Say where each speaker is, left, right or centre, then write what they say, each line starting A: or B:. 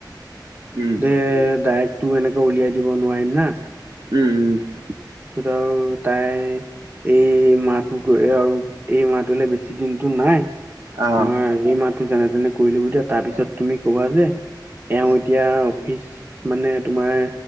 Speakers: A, on the right; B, on the right.
A: উম
B: দে দাইৰেক্টটো এনেকে উলিয়াই দিব নোৱাৰিম না
A: উম উম।
B: সেইটোত আৰু তাই এই মাহটো গৈ আৰু এই মাহটোলে বেছি দিনতো নাই।
A: আহ
B: তোমাৰ এই মাহটো যেনে-তেনে কৰি লব দিয়া তাৰপিছত তুমি ক'বা যে এওঁ এতিয়া অফিচ মানে তোমাৰ